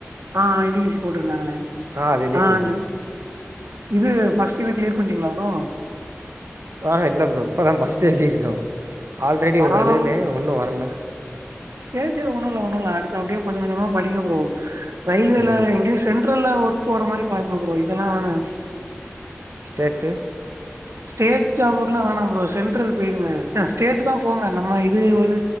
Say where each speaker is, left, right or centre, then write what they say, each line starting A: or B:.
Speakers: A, on the right; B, on the right.
A: ஆ என் டி பி சி போட்ருந்தாங்ளே
B: அது எழுதிட்டேன்
A: ஆ அண்டு
B: ப்ரோ
A: இது ஃபஸ்ட்டு இது கிளியர் பண்ணிட்டீங்ளா ப்ரோ
B: ஆ இல்ல ப்ரோ இப்ப தா ஃபஸ்ட்டு எழுதியிருக ஆல்ரெடி
A: பரவால்ல
B: ஒன்னு எழுதுனே ஒன்னு வர்ல
A: செரி செரி ஒண்ணுல்ல ஒண்ணுல்ல அடுத்து அப்டியே கொஞ்ச கொஞ்சமா படிங்க ப்ரோ ரயில்வேல
B: சரி ப்ரோ
A: எப்டியோ சென் ரெல ஒர்க் போற மாறி பாருங்க ப்ரோ இதல்லா வானா
B: ஸ்டேட்டு
A: ஸ்டேட் ஜாப்க்குல்லா வேணாம் ப்ரோ சென்ட்ரல் போயிருங்க சே ஸ்டேட்டு தா போங்க நம்ம இது ஒரு